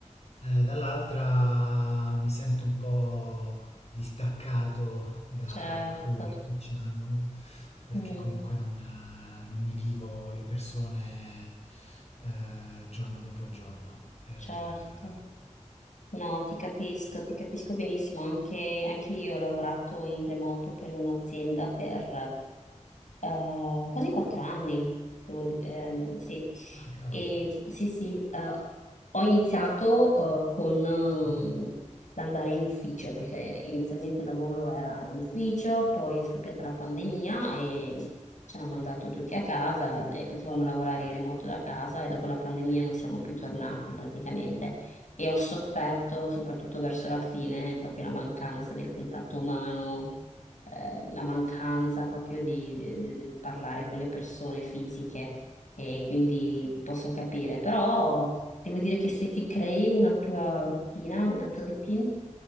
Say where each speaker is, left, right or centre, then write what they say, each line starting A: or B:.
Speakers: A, on the left; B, on the left.
A: eh, dall'altra mi sento un po' distaccato da,
B: Certo,
A: da quello che facciamo, perché
B: mm,
A: comunque non, eh, non mi vivo le persone, eh, giorno dopo giorno. Eh,
B: certo. No, ti capisco, ti capisco benissimo. Anche, anche io ho lavorato in remoto per un'azienda per eh, quasi quattro anni. devo di- ehm, sì.
A: Ah, cavoli.
B: E, sì, sì, eh, ho iniziato eh, con eh, l'andare in ufficio, perché inizialmente il lavoro era in ufficio, poi è scoppiata la pandemia e ci hanno mandato tutti a casa e potevamo lavorare in remoto da casa e dopo la pandemia non siamo più tornati praticamente e ho sofferto soprattutto verso la fine proprio la mancanza del contatto umano, eh, la mancanza proprio di, de- de- del parlare con le persone fisiche e quindi ti posso capire, però devo dire che se ti crei una tua routine, una tua routine